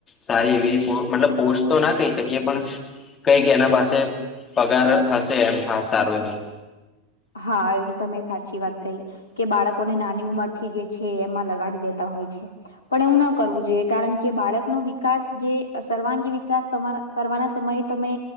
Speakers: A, on the left; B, on the left.
A: સારી એવી મતલબ પોસ્ટ તો ના કહી શકીએ પણ કંઈક એના પાસે પગાર હશે એમ હા સારો એવો.
B: હા એ તો તમે સાચી વાત કહી કે બાળકોને નાની ઉંમર થી જે છે એમાં લગાડી દેતા હોય છે. પણ એવુ ન કરવું જોઈએ કારણ કે બાળકનો વિકાસ જે સર્વાંગી વિકાસ કરવાના સમયે તમે